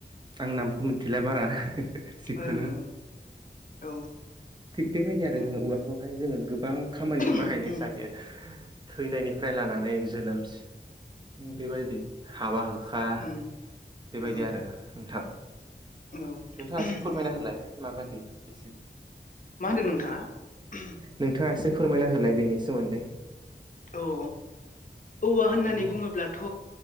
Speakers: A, on the right; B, on the left.
A: आं नामखौ मिथिला बारा जिखुनो
B: ओं ओं औ
A: थिग बेबायदि आरो
B: ओं
A: जोङो औवाखौहाय जोङो गोबां खामानियाव
B: उम
A: बाहायनाय जायो। थैनायनिफ्राय लानानै जोनोमस बेबायदि हाबा होखा
B: उम
A: बेबायदि
B: औ
A: आरो नोंथां।
B: औ उम
A: नोंथाङा एसे फोरमायना होलाय माबादि एसे
B: मा होनदों नोंथाङा?
A: नोंथाङा एसे फोरमायना होलाय बेनि सोमोन्दै।
B: औ औवा होननानै
A: उम
B: बुङोब्लाथ'